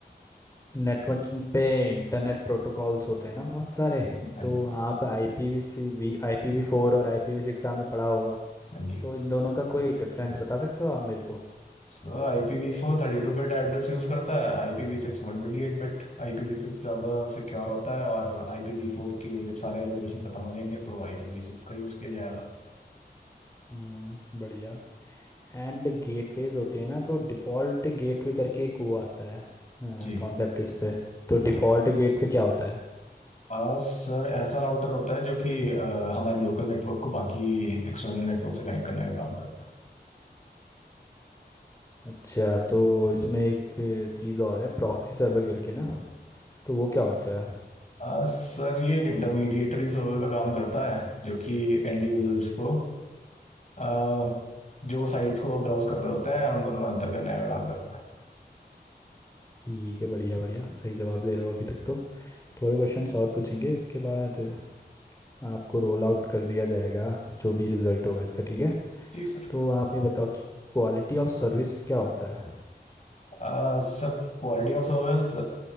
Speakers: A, on the left; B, on the left.
A: नेटवर्किंग पे इंटरनेट प्रोटोकॉल्स होते हैं ना बहुत सारे
B: हाँ
A: तो
B: जी सर
A: आप आईपीवी आईपीवी फोर और आईपीवी सिक्स आपने पढ़ा होगा
B: हाँ जी
A: तो इन दोनों का कोई डिफरेंस बता सकते हो आप मेरे को
B: So I P V four थर्टी टू bit address use करता है I P V six वन ट्वेंटी एट bit I P V six ज़्यादा सिक्योर होता है और आई पी वी फोर के जब सारे एलोकेशन खत्म हो जाएंगे तो आई पी वी सिक्स का यूज़ किया जाएगा
A: हम्म बढ़िया एंड गेटवेज होते हैं ना तो डिफ़ॉल्ट गेटवे करके एक वो आता है
B: जी
A: कॉन्सेप्ट इस पे तो डिफ़ॉल्ट गेटवे क्या होता है
B: आ, सर ऐसा राउटर होता है जो कि आ, हमारे लोकल नेटवर्क को बाकी एक्सटर्नल नेटवर्क से कनेक्ट करने का काम करता है
A: अच्छा तो इसमें एक चीज़ और है प्रॉक्सी सर्वर करके ना तो वो क्या होता है
B: आ, सर ये एक इंटरमीडिएटरी सर्वर का काम करता है जो कि एंड यूजर्स को आ, जो साइट्स को ब्राउज कर रहे होते हैं उन दोनों में अंतर करने का काम करता है
A: ठीक है बढ़िया बढ़िया सही जवाब दे रहे हो अभी तक तो थोड़े क्वेश्चंस और पूछेंगे इसके बाद आपको रोल आउट कर दिया जाएगा जो भी रिजल्ट होगा इसका ठीक है
B: जी sir
A: तो आप ये बताओ कि क्वालिटी ऑफ सर्विस क्या होता है
B: आ, Sir quality of service